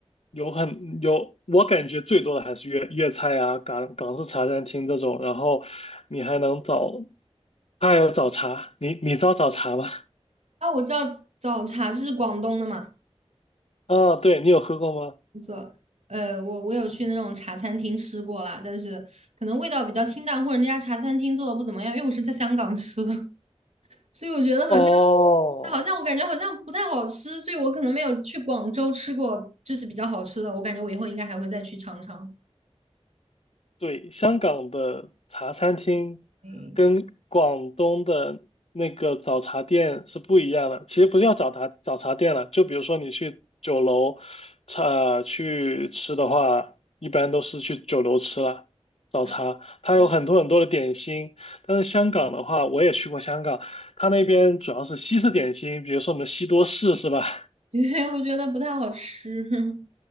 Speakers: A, on the left (about 65°); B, on the right (about 80°).
A: 有很有，我感觉最多的还是粤粤菜啊，港港式茶餐厅这种，然后你还能找，还有早茶，你你知道早茶吗？
B: 啊，我知道早茶就是广东的嘛，
A: 啊，对，你有喝过吗？
B: 就是呃，我我有去那种茶餐厅吃过啦，但是可能味道比较清淡，或者那家茶餐厅做的不怎么样，因为我是在香港吃的，<laughs> 所以我觉得好像
A: 哦，
B: 好像我感觉好像不太好吃，所以我可能没有去广州吃过，就是比较好吃的，我感觉我以后应该还会再去尝尝。
A: 对，香港的茶餐厅
B: 哎，
A: 跟广东的那个早茶店是不一样的。其实不叫早茶早茶店了，就比如说你去酒楼，茶去吃的话，一般都是去酒楼吃了。早茶，
B: 啊，
A: 它有很多很多的点心，
B: <laughs>
A: 但是香港的话，我也去过香港，它那边主要是西式点心，比如说我们西多士是吧？
B: 对，我觉得不太好吃。<laughs>